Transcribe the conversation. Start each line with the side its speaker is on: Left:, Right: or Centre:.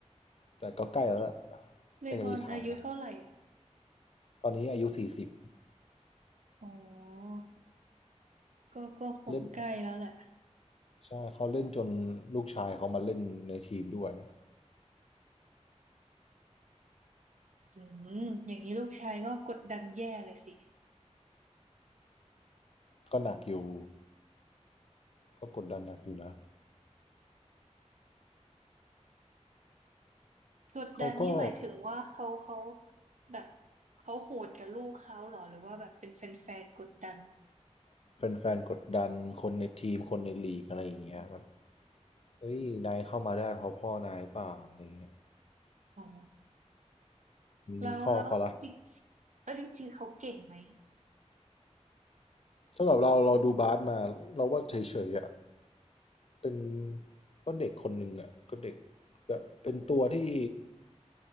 Left: แต่ก็ใกล้แล้วแหละ
Right: เลบรอนอายุเท่าไหร่
Left: ใกล้จะรีไทร์แล้วตอนนี้อายุสี่สิบ
Right: อ๋อก็ก็คงใกล้แล้วแหละ
Left: เล่นใช่เขาเล่นจนลูกชายเขามาเล่นในทีมด้วย
Right: อืมอย่างนี้ลูกชายก็กดดันแย่เลยสิ
Left: ก็หนักอยู่ก็กดดันหนักอยู่นะ
Right: กดดันนี่หมายถึงว่าเขาเขา
Left: เขาก็
Right: แบบเขาโหดกับลูกเขาเหรอหรือว่าแบบเป็นแฟนๆกดดัน
Left: แฟนๆกดดันคนในทีมคนในลีกอะไรอย่างเงี้ยแบบเฮ้ยนายเข้ามาได้เพราะพ่อนายเปล่าอะไรอย่างเงี้ย
Right: อ๋อ
Left: มันมีข้อก็ละ
Right: แล้วแล้วจริงแล้วจริงๆเขาเก่งไหม
Left: สำหรับเราเราดูบาสมาเราว่าเฉยๆอะ เป็นก็เด็กคนหนึ่งอ่ะก็เด็กแบบเป็นตัวที่